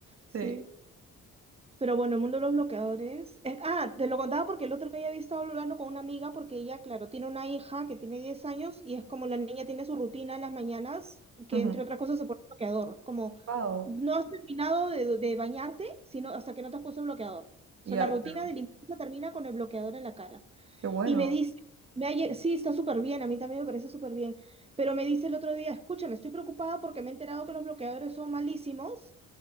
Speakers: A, on the right; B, on the right.
A: Sí.
B: Sí.
A: Pero bueno, el mundo de los bloqueadores. eh, ah, te lo contaba porque el otro día había estado hablando con una amiga porque ella, claro, tiene una hija que tiene 10 años y es como la niña tiene su rutina en las mañanas, que
B: Ujú.
A: entre otras cosas se pone bloqueador. Como
B: Wow,
A: no has terminado de, de bañarte sino hasta que no te has puesto el bloqueador. O
B: ya,
A: sea, la rutina
B: claro,
A: de limpieza termina con el bloqueador en la cara.
B: qué bueno.
A: Y me dice, me ha lle- sí, está súper bien, a mí también me parece súper bien, pero me dice el otro día, escúchame, estoy preocupada porque me he enterado que los bloqueadores son malísimos.